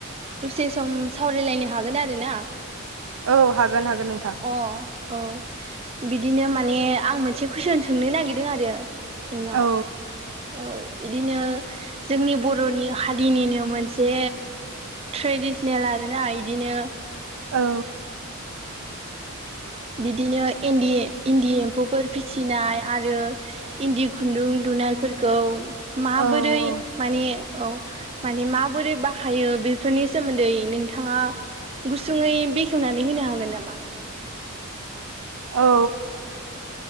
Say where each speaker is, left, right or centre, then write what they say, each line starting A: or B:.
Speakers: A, on the right; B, on the right.
A: दसे सम सावरायलायनो हागोन आरो ना
B: औ हागोन हागोन नोंथां
A: अ औ बिदिनो माने आं मोनसे कुइसन सोंनो नागिरदों आरो नोंनाव
B: औ
A: औ इदिनो जोंनि बर'नि हारिनिनो मोनसे ट्रेडिसनेल आरोना बिदिनो
B: औ
A: बिदिनो इन्दि इन्दि एम्फौफोर फिसिनाय आरो इन्दि खुन्दुं लुनायफोरखौ माबोरै
B: औ
A: माने औ माने माबोरै बाहायो बेफोरनि सोमोन्दै नोंथाङा गुसुङै बेखेवनानै होनो हागोन नामा?
B: औ